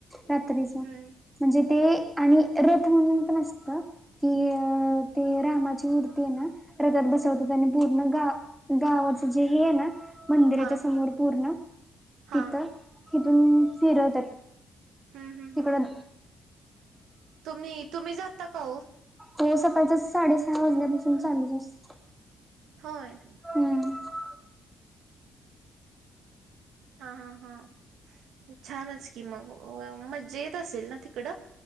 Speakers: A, in the centre; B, on the right.
A: रात्र म्हणजे
B: हम्म
A: ते आणि रथ म्हणून पण असत. की अ ते रामाची मूर्ती ये ना रथात बसवतात आणि पूर्ण गाव गावाच जे हे ये न मंदिराच्या
B: हा
A: समोर पूर्ण
B: हा
A: तिथं इथून फिरवतात.
B: हूं हूं
A: तिकड
B: हूं तुम्ही तुम्ही जाता का ओ
A: तो सकाळचचं साडेसहा वाजल्यापासून चालूच असत.
B: होय.
A: हूं
B: हा हा हा छानच की मग मज्जा येत असेल ना ती कुड